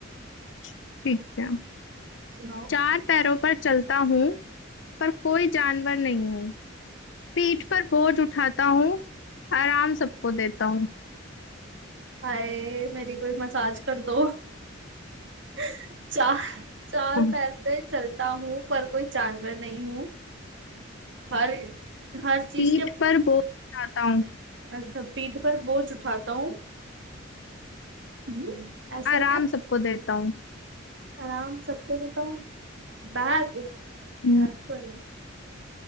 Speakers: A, on the left; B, on the right.
A: ठीक है
B: सुनाओ
A: चार पैरों पर चलता हूँ पर कोई जानवर नहीं हूँ पीठ पर बोझ उठाता हूँ आराम सबको देता हूँ
B: हाय मेरी कोई मसाज कर दो <laughs> चार चार
A: हम्म।
B: पैर पे चलता हूँ पर कोई जानवर नहीं हूँ हर हर चीज
A: पीठ
B: के
A: पर बोझ उठाता हूँ
B: अच्छा, पीठ पर बोझ उठाता हूँ हम्म, ऐसा
A: आराम
B: क्या
A: सबको देता हूँ
B: आराम सबको देता हूँ बैग बैग
A: हम्म,
B: तो नहीं